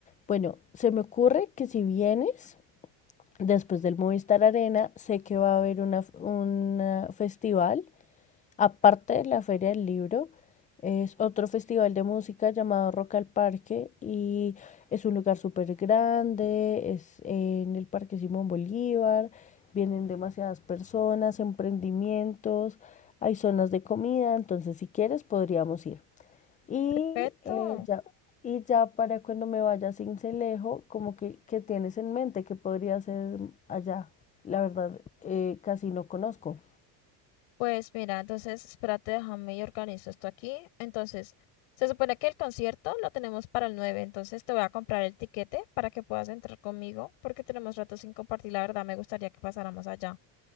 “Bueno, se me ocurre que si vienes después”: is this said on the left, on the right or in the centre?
Left